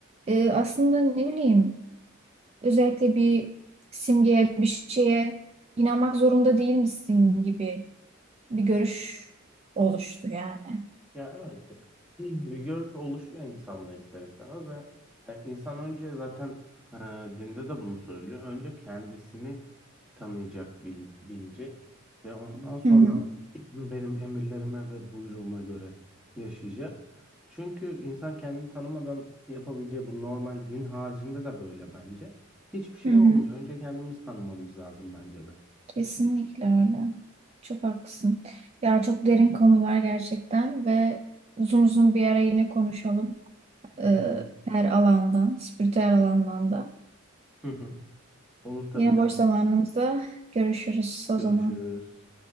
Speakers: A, on the right (about 30°); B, in the centre.
A: e, aslında ne bileyim özellikle bir simgeye bir şeye inanmak zorunda değil misin gibi bir görüş oluştur yani.
B: Ya evet bir görüş oluşuyor insanda ister istemez ve e, insan önce zaten e, dinde de bunu söylüyor. Önce kendisini tanıyacak, bil- bilecek ve ondan sonra
A: Hı hı,
B: benim emirlerime ve buyruğuma göre yaşayacak. Çünkü insan kendini tanımadan yapabileceği bu normal din haricinde de böyle bence. Hiçbir şey
A: hı hı.
B: olmuyor. Önce kendimizi tanımamız lazım bence de.
A: Kesinlikle öyle. Çok haklısın. Ya çok derin konular gerçekten ve uzun uzun bir ara yine konuşalım
B: Olur
A: Ee,
B: olur.
A: her alandan, spiritüel alandan da.
B: Hı hı. Olur tabii
A: Yine
B: Cansu.
A: boş zamanımızda görüşürüz o
B: Görüşürüz.
A: zaman.